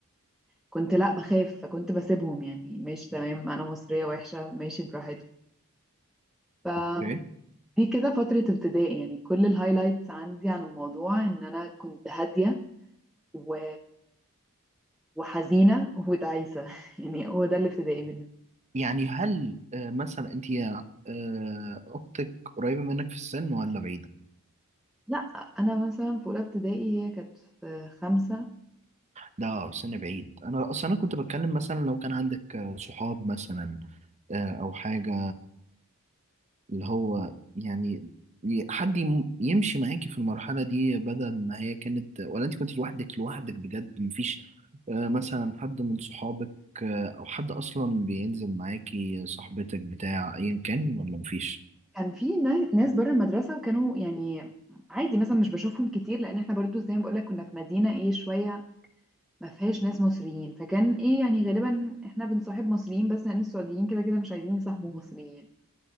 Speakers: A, in the centre; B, on the right.
A: كنت لا بخاف فكنت بسيبهم يعني ماشي تمام انا مصرية وحشة ماشي براحتهم فدي
B: اوكي
A: كده فترة ابتدائي يعني كل الهايلايتس عندي عن الموضوع ان انا كنت هادية و... وحزينة وتعيسة <laughs> يعني هو ده الابتدائي بالنسبة لي
B: يعني هل آه، مثلا انت يا آه، اختك قريبه منك في السن ولا بعيده
A: لا انا مثلا في اولى ابتدائي هي كانت في خمسة
B: لا سن بعيد انا اصلا انا كنت بتكلم مثلا لو كان عندك آه، صحاب مثلا آه، او حاجه اللي هو يعني ي- حد يم- يمشي معاكي في المرحله دي بدل ما هي كانت ولا انت كنت لوحدك لوحدك بجد مفيش آه، مثلا حد من صحابك آه، او حد اصلا بينزل معاكي صاحبتك بتاع ايا كان ولا مفيش
A: كان في نا- ناس بره المدرسة وكانوا يعني عادي مثلا مش بشوفهم كتير لان احنا برضو زي ما بقولك كنا في مدينة ايه شوية ما فيهاش ناس مصريين فكان ايه يعني غالبا احنا بنصاحب مصريين بس لان السعوديين كده كده مش عايزين يصاحبوا مصريين